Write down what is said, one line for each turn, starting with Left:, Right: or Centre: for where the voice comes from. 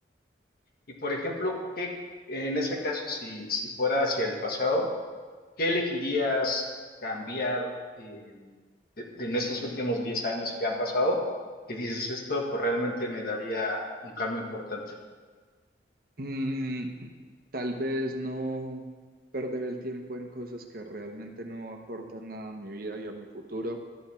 Left: Y por ejemplo, ¿qué en ese caso, si, si fuera hacia el pasado? ¿Qué elegirías cambiar eh, de- de- en estos últimos 10 años que han pasado? Que dices, esto pues realmente me daría un cambio importante.
Right: Mm, tal vez no perder el tiempo en cosas que realmente no aportan nada a mi vida y a mi futuro.